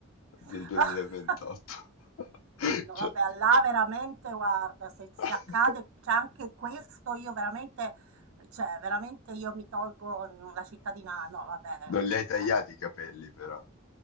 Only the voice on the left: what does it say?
del
2028. <laughs>
Cioè-
<laughs>
Non li hai tagliati
i capelli, però.